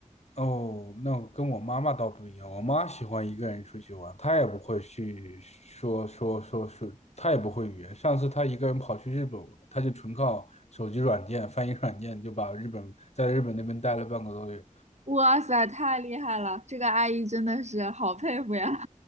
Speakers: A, on the left; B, on the right.
A: 哦，那我跟我妈妈倒不一样，我妈喜欢一个人出去玩，她也不会去说说说说，她也不会语言。上次她一个人跑去日本玩，她就纯靠手机软件、翻译软件就把日本在日本那边待了半个多月。
B: 哇塞，太厉害了！这个阿姨真的是好佩服呀！